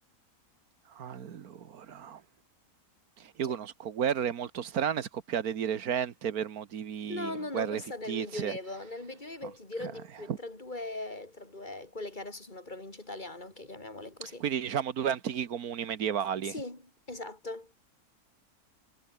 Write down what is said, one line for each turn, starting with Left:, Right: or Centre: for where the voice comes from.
Right: Allora. Io
Left: Cioè,
Right: conosco guerre molto strane scoppiate di recente per motivi,
Left: no, no, no,
Right: guerre
Left: questa
Right: fittizie.
Left: del Medioevo. Nel Medioevo
Right: Ok.
Left: e ti dirò di più, è tra due, tra due, quelle che adesso sono province italiane, ok, chiamiamole così.
Right: Quindi diciamo due antichi comuni medievali.
Left: Sì, esatto.